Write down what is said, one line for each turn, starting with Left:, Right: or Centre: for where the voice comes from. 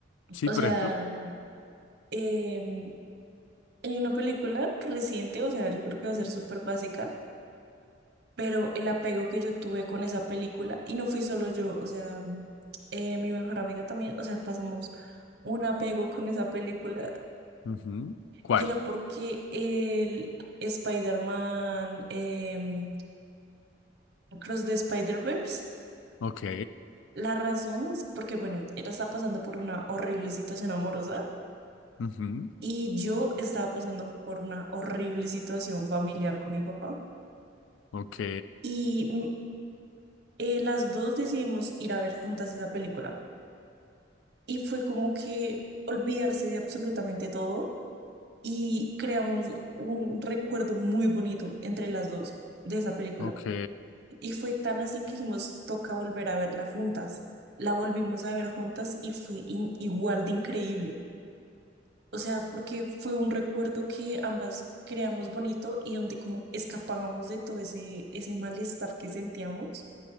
Left: Sí,
Right: o
Left: por
Right: sea,
Left: ejemplo.
Right: em, hay una película reciente, o sea, yo creo que va a ser súper básica, pero el apego que yo tuve con esa película, y no fui solo yo, o sea, eh, mi mejor amiga también, o sea, pasamos un apego con esa película,
Left: Ujú. ¿Cuál?
Right: y era porque el Spider-Man, em, Cross the Spider-Verse,
Left: Ok.
Right: la razón es porque, bueno, ella estaba pasando por una horrible situación amorosa,
Left: Ujú.
Right: y yo estaba pasando por una horrible situación familiar con mi papá,
Left: Ok.
Right: y... mm, eh, las dos decidimos ir a ver juntas esa película. y fue como que olvidarse de absolutamente todo y creamos un recuerdo muy bonito entre las dos de esa película.
Left: Ok.
Right: Y fue tan así que dijimos, toca volver a verla juntas. La volvimos a ver juntas y fue in- igual de increíble. O sea, porque fue un recuerdo que ambas creamos bonito y donde como escapábamos de todo ese, ese malestar que sentíamos.